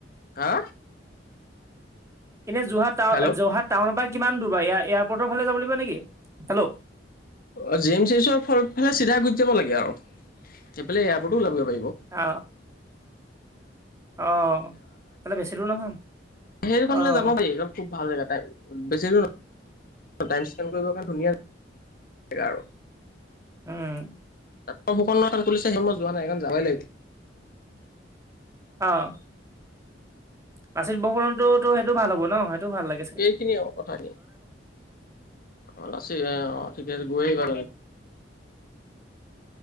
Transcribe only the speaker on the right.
এনে যোৰহাট টাউ,
যোৰহাট টাউনৰ পৰা কিমান দূৰ বা এয়া-এয়াৰপৰ্টৰ ফালে যাব লাগ নেকি? হেল্ল?
আ, অ, অ', হ'লে বেছি দূৰ নহয়।
অঁ
উম।
অ'। লাচিত টো টো সেইটো ভাল হ'ব ন'। সেইটো ভাল লাগ